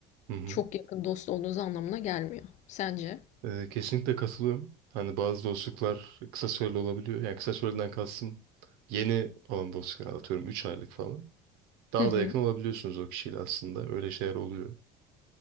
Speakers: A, on the right; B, on the left.
A: Hı hı.
B: çok yakın dost olduğunuz anlamına gelmiyor. Sence?
A: Ee, kesinlikle katılıyorum. Hani bazı dostluklar kısa süreli olabiliyor. Yani kısa süreliden kastım yeni olan dostluklar atıyorum 3 aylık falan. Daha
B: Hı hı.
A: da yakın olabiliyorsunuz o kişiyle aslında. Öyle şeyler oluyor.